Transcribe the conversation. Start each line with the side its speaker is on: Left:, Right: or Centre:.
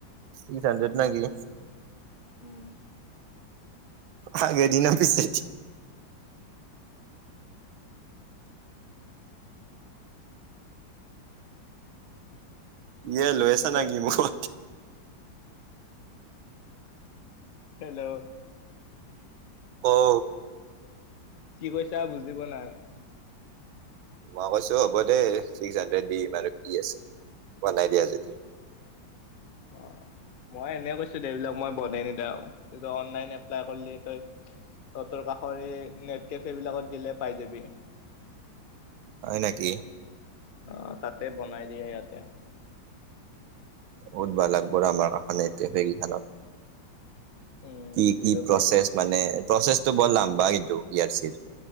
Right: ছিক্স হণ্ড্ৰেড নে কি
Left: উম
Right: আগে দি নে পিছে দি ইয়ে লৈছা
Left: হেল্ল'
Right: নে কি মুখত
Left: হেল্ল'
Right: অ
Left: কি কৈছা বুজি পোৱা নাই
Right: মই কৈছো হ'ব দেই ছিক্স হাণ্ড্ৰেড দিম আৰু কি আছে বনাই দিয়া যদি
Left: অ মই এনে কৈছো দেবিলাক মই বনাই নিদাও অনলাইন এপ্লাই কৰিলি তই ততৰ কাষৰ এই নেট কেফে বিলাকত গিলে পাই যাবি
Right: হয় নেকি
Left: অহ তাতে বনাই দিয়ে সিহঁতে
Right: সুধবা লাগব ৰ আমাৰ কাখনে সেই কেফে কেইখনত কি
Left: উম সুধি
Right: কি
Left: লবি
Right: প্ৰচেছ
Left: তাত
Right: মানে প্ৰচেছটো ব লাম্বা কিন্তু পি আৰ চিৰ